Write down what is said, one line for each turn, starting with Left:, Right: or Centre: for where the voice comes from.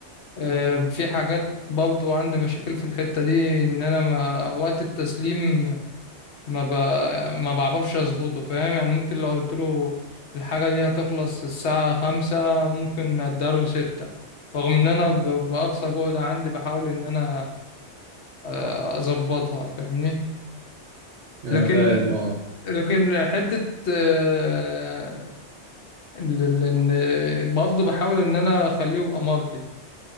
Left: آه، في حاجات برضو عندي مشاكل في الحتة دي ان انا ما وقت التسليم ما ب... ما بعرفش اظبطه فاهم يعني ممكن لو قلت له الحاجة دي هتخلص الساعة خمسة ممكن اداله ستة رغم ان انا ب... بأقصى جهد عندي بحاول ان انا آه، اظبطها فاهمني
Right: انا
Left: لكن
Right: فاهم اه
Left: لكن حتة آه، ال- ال- إن برضه بحاول إن أنا أخليه يبقى مرضي